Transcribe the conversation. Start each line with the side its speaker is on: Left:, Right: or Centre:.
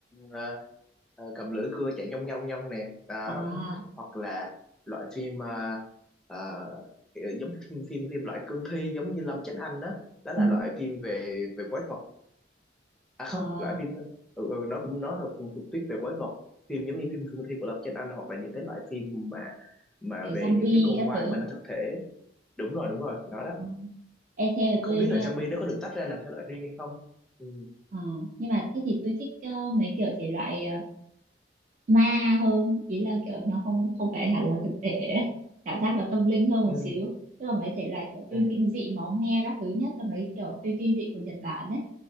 Centre: ờ, ờ, cầm lưỡi cưa chạy nhông nhông nhông nè đó
Right: à,
Centre: <laughs> hoặc là loại phim uh, kiểu giống phim phim phim loại cương thi giống như Lâm Chánh Anh đó đó là
Right: Ừ.
Centre: loại phim về về quái vật à không
Right: à,
Centre: loại phim đó. Ừ, ừ, nó cũng nó là cũng thuộc tuyết về quái vật phim giống như phim cương thi của Lâm Chánh Anh hoặc là những cái loại phim mà mà
Right: kiểu
Centre: về
Right: zombie
Centre: những cái con
Right: các
Centre: quái
Right: thứ.
Centre: mà nó thực thể đúng rồi đúng rồi nó đó
Right: Ờ, E thế là
Centre: không
Right: tôi,
Centre: biết là zombie
Right: ờ,
Centre: nó có được tách ra làm thể loại riêng hay không ừ
Right: ờ, nhưng mà thế thì tôi thích ờ, mấy kiểu thể loại ờ, ma hơn ý là kiểu nó không không phải hẳn là thực tế ấy. cảm giác nó tâm linh hơn một
Centre: ừ
Right: xíu tức là mấy thể loại kiểu phim
Centre: ừ
Right: kinh dị máu me các thứ nhất là mấy kiểu phim kinh dị của Nhật Bản đấy